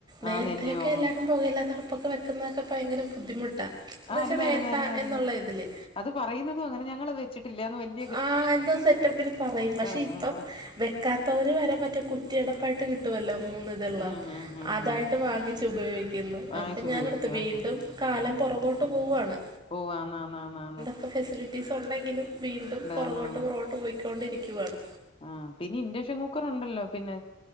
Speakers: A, on the right (about 25°); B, on the left (about 30°).
A: നേരത്തെയൊക്കെ
B: ആന്നല്ലയോ
A: എല്ലാരും പൊകയില്ലാത്തടു പ്പൊക്ക വെക്കുന്നൊക്ക ഭയങ്കര ബുദ്ധിമുട്ടാ എന്ന്
B: ആയിരുന്നായിരുന്നായിരുന്നായിരുന്ന്
A: വെച്ചാ വേണ്ട എന്നുള്ള ഇതില്
B: അത് പറയുന്നതും അങ്ങനെ ഞങ്ങളത് വെച്ചിട്ടില്ലാന്ന് വലൃ
A: ആഹ് എന്തോ സെറ്റപ്പില് പറയും പക്ഷെ
B: ആഹ്
A: ഇപ്പം
B: ആഹ്
A: വെ
B: ആഹ്
A: വെക്കാത്തവര് വരെ മറ്റേ കുറ്റിയടുപ്പായിട്ട് കിട്ടുവല്ലോ മൂന്ന് തൊള്ള
B: ഉം ഉം ഉം
A: അതായിട്ട്
B: ഉം
A: വാങ്ങിച്ച് ഉപയോഗിക്കുന്നു
B: വാങ്ങിച്ചു
A: അപ്പൊ ഞാൻ
B: ഉപയോഗിക്കുവാ
A: എടുത്തു വീണ്ടും കാലം പൊറകോട്ട് പോവാണ്
B: ഓ ആന്നാ ന്നാ ന്നാണ്
A: ഇപ്പോ ഫെസിലിറ്റീസ് ഒണ്ടെങ്കിലും വീണ്ടും പൊറകോട്ട്
B: ആന്നാന്ന്
A: പൊറകോട്ട് പോയിക്കൊണ്ടിരിക്കുവാണ്
B: ആഹ് പിന്നെ ഇൻഡക്ഷൻ കുക്കറുണ്ടല്ലോ പിന്ന